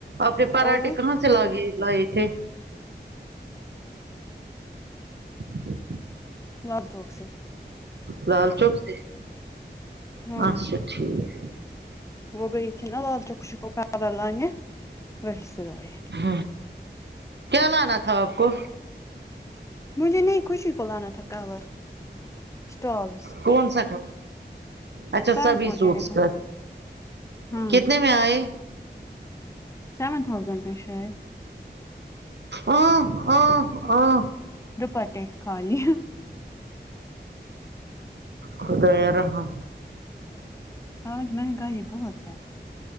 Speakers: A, on the right; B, on the left.
A: آپ نے پراٹے
B: اور
A: کہاں سے اچھے لگے لیے تھے <inaudible>
B: لال چوک سے
A: لال چوک سے
B: ہاں
A: اچھا ٹھیک ہے
B: وہ گئی تھی نا لال چوک کور لانے وہی سے لایں
A: ہ کیا لانا تھا آپ کو
B: مجھے نہیں خوشی کو لانا تھا کور اسٹالس
A: کون سا کور اچھا
B: سر
A: سبھی
B: کو دینے
A: سوٹس
B: کو
A: کا
B: ہاں
A: کتنے میں آیے
B: سیون تھاؤزینڈ میں شاید
A: اوہ اوہ اوہ
B: ڈوپٹے کھالی
A: خدا یا رحم
B: آج مہنگائی بہت ہے